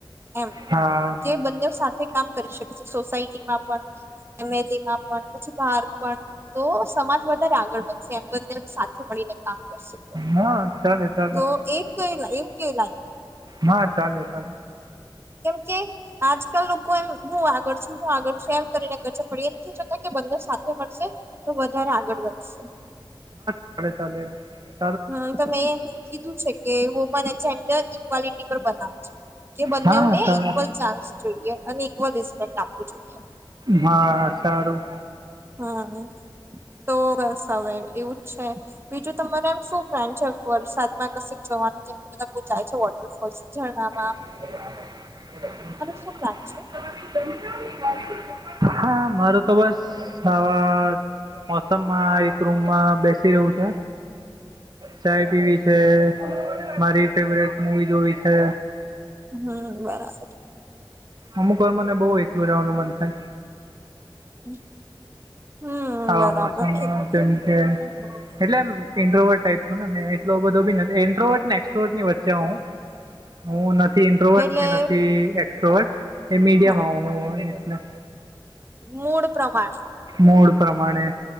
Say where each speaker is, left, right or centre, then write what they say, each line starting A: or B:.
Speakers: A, on the right; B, on the right.
A: એમ.
B: હા
A: કે બંને સાથે કામ કરી શકે. પ સોસાયટીમાં પણ ફેમલીમાં પણ પછી બાર પણ તો સમાજ વધારે આવે. ગળ વધશે એમ બને મળીને કામ કરશે તો.
B: હા ચાલે ચાલે
A: તો એ એવ કેવું લાગ્યું?
B: હા ચાલે ચાલ.
A: કેમ કે આજકાલ લોકો એમ હું આગળ છું હું આગળ છું એમ કરીને કર પડી એ નથી જોતા કે બંને સાથે મળશે તો વધારે આગળ વધશે.
B: સા ચલે <unintelligible>
A: હમ તમે એમ કીધું છે કે વુમન જેન્ડર ઇક્વાલિટી પર બનાવ છે. કે બંને
B: હા
A: ને
B: ચાલે
A: ઇક્વલ ચાન્સ જોઈએ અને ઇક્વલ રિસ્પેક્ટ આપવું જોઈએ.
B: હા સારું.
A: હમ તો બસ હવે એવું. છે બીજું તમારે એમ શું ફેમ છે વરસાદ કશ જવાનું છે બધા બહ જાય છે વોટરફોલ્સ જેમાં
B: <unintelligible>
A: શું પ્લાન છે?
B: હા મારો તો બસ આવા મોસમમાં એક રૂમમાં બેસી રહું છે. ચાય પીવી છે. મારી ફેવરેટ મુવી જોવી છે.
A: હમ બરાબર.
B: અમુક વાર મને બહુ એકલું રહેવાનું મન થાય.
A: હમ.
B: આવા
A: બરાબર
B: મોસમમાં
A: છે
B: જેમ કે
A: હમ
B: એટલે એમ ઇન્ડોવર ટાઈપ છો ને મે એટલો બધો બી નથી. એન્ટ્રોવટ ને એક્સ્ટ્રોવર્ટ ની વચ્ચે હું હું નથી ઇન્ટ્રોવટ
A: એટલે
B: કે નથી એ શોર્ષ એ મીડયમ
A: હા
B: <unintelligible> એટલે
A: મૂડ પ્રમાણે
B: મુળ પ્રમાણે